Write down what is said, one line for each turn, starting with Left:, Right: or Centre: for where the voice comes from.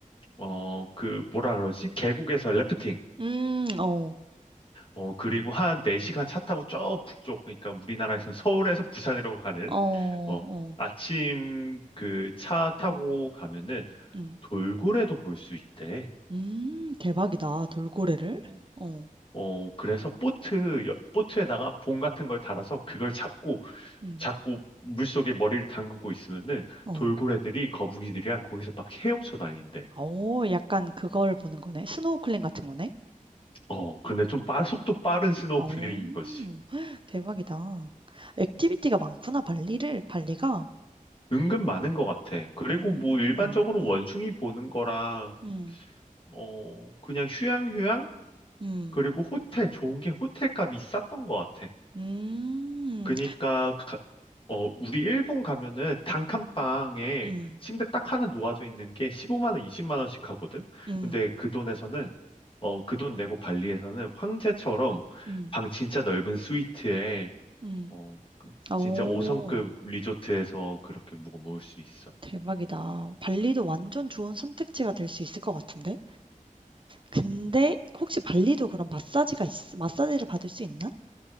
Left: 어, 그, 뭐라 그러지? 계곡에서 래프팅.
Right: 음. 어.
Left: 어, 그리고 한 4시간 차 타고 저 북쪽, 그러니까 우리나라에서는 서울에서 부산으로 가는,
Right: 어.
Left: 어,
Right: 어.
Left: 아침 그 차 타고
Right: 음.
Left: 가면은
Right: 음.
Left: 돌고래도 볼 수 있대.
Right: 음 대박이다. 돌고래를?
Left: 어,
Right: 어.
Left: 어, 그래서 보트, 여- 보트에다가 봉 같은 걸 달아서 그걸 잡고
Right: 음.
Left: 자꾸 물속에 머리를 담그고 있으면은
Right: 어.
Left: 돌고래들이 거북이들이랑 거기서 막 헤엄쳐 다닌대.
Right: 아오 약간 그걸 보는 거네. 스노클링 같은 거네?
Left: 어, 근데 좀 빠, 속도 빠른 스노클링인
Right: 오
Left: 거지.
Right: <laughs> 대박이다. 액티비티가 많구나 발리를 발리가.
Left: 은근 많은 것 같아. 그리고
Right: 어.
Left: 뭐 일반적으로
Right: 어.
Left: 원숭이 보는 거랑
Right: 음.
Left: 어, 그냥 휴양휴양?
Right: 음.
Left: 그리고 호텔, 좋은 게 호텔 값이 쌌던 것 같아.
Right: 음.
Left: 그니까, 가- 어, 우리 일본 가면은 단칸방에
Right: 음.
Left: 침대 딱 하나 놓아져 있는 게 15만 원, 20만 원씩 하거든?
Right: 음.
Left: 근데 그 돈에서는, 어, 그 돈 내고 발리에서는 황제처럼
Right: 음.
Left: 방 진짜 넓은 스위트에,
Right: 음.
Left: 어,
Right: 오,
Left: 진짜 5성급 리조트에서 그렇게 묵어 먹을 수 있어.
Right: 대박이다. 발리도 완전 좋은 선택지가 될 수 있을 것 같은데? 근데 혹시 발리도 그런 마사지가 있, 마사지를 받을 수 있나?